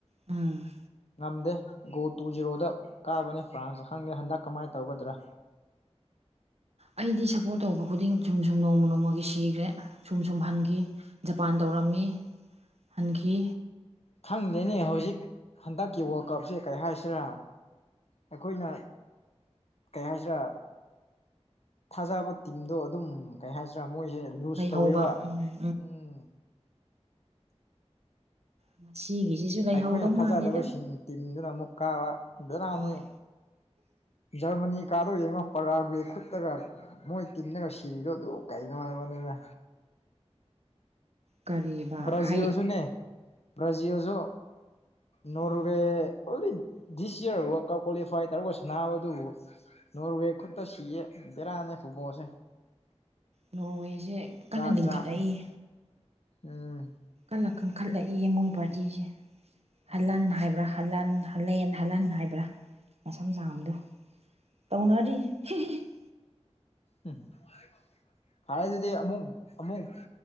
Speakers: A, on the right; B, on the left.
A: ꯎꯝ
B: ꯉꯝꯗꯦ ꯒꯣꯜ ꯇꯨ ꯖꯤꯔꯣꯗ ꯀꯥꯕꯅꯦ ꯐ꯭ꯔꯥꯟꯁꯅ ꯈꯪꯗꯦ ꯍꯟꯗꯛ ꯀꯝꯃꯥꯏ ꯇꯧꯒꯗ꯭ꯔ
A: ꯑꯩꯗꯤ ꯁꯞꯄꯣꯔꯠ ꯇꯧꯕ ꯈꯨꯗꯤꯡ ꯁꯨꯝ ꯁꯨꯝ ꯅꯣꯡꯃ ꯅꯣꯡꯃꯒꯤ ꯁꯤꯈ꯭ꯔꯦ ꯁꯨꯝ ꯁꯨꯝ ꯍꯟꯈꯤ ꯖꯄꯥꯟ ꯇꯧ ꯔꯝꯃꯤ ꯍꯟꯈꯤ
B: ꯈꯪꯗꯦꯅꯦ ꯍꯧꯖꯤꯛ ꯍꯟꯗꯛꯀꯤ ꯋꯥꯔꯜ ꯀꯞꯁꯦ ꯀꯔꯤ ꯍꯥꯏꯁꯤꯔꯥ ꯑꯩꯈꯣꯏꯅ ꯀꯩ ꯍꯥꯏꯁꯤꯔ ꯊꯥꯖꯕ ꯇꯤꯝꯗꯣ ꯑꯗꯨꯝ ꯀꯩ ꯍꯥꯏꯁꯤꯔ ꯃꯣꯏꯖꯦ ꯂꯨꯖ
A: ꯂꯩꯍꯧꯕ
B: ꯇꯧꯋꯦꯕ
A: ꯎꯝ
B: ꯎꯝ
A: ꯉꯁꯤꯒꯤꯁꯤꯁꯨ ꯂꯩꯍꯧꯗꯧ
B: ꯑꯩꯈꯣꯏꯅ ꯊꯥꯖꯗꯕꯁꯤꯡ
A: ꯃꯥꯜꯂꯦꯗ
B: ꯇꯤꯝꯗꯨꯅ ꯑꯃꯨꯛ ꯀꯥꯕ ꯕꯦꯔꯥꯅꯤ
A: ꯍꯣꯏ
B: ꯖꯔꯃꯅꯤ ꯀꯥꯗꯣ ꯌꯦꯡꯉꯣ ꯄꯔ꯭ꯋꯥꯒꯦ ꯈꯨꯠꯇꯒ ꯃꯣꯏ ꯇꯤꯝꯅꯒ ꯁꯤꯔꯤꯗꯣ ꯑꯗꯨ ꯀꯩꯅꯣ ꯍꯥꯏꯕ <unintelligible>
A: ꯀꯔꯤꯕ
B: ꯕ꯭ꯔꯖꯤꯜꯁꯨꯅꯦ
A: ꯍꯩ
B: ꯕꯔꯖꯤꯜꯁꯨ Norway
A: ꯎꯝ
B: <unintelligible> this year world cup qualify ꯇꯧꯔꯒ ꯁꯥꯟꯅꯕꯗꯨꯕꯨ ꯅꯣꯔꯋꯦ ꯈꯨꯠꯇ ꯁꯤꯌꯦ ꯕꯦꯔꯥꯅꯦ ꯐꯨꯠꯕꯣꯜꯁꯦ
A: ꯅꯣꯔꯋꯦꯖꯦ ꯀꯟꯅ
B: ꯖꯥꯠ
A: ꯂꯤꯡꯈꯠꯂꯛꯏꯌꯦ
B: ꯖꯥꯠꯅꯦ ꯎꯝ
A: ꯀꯟꯅ ꯀꯪꯈꯠꯂꯛꯏꯔꯦ ꯃꯣꯏ ꯄꯥꯔꯇꯤꯁꯦ
B: ꯎꯝ
A: ꯍꯂꯥꯟ ꯍꯥꯏꯕ꯭ꯔ ꯍꯜꯂꯥꯟ ꯍꯜꯂꯦꯟ ꯍꯂꯥꯟ ꯍꯥꯏꯕ꯭ꯔ ꯃꯁꯝ ꯁꯥꯡꯕꯗꯣ ꯇꯧꯅꯔꯤ <unintelligible>
B: <unintelligible> ꯐꯔꯦ ꯑꯗꯨꯗꯤ ꯑꯃꯨꯛ ꯑꯃꯨꯛ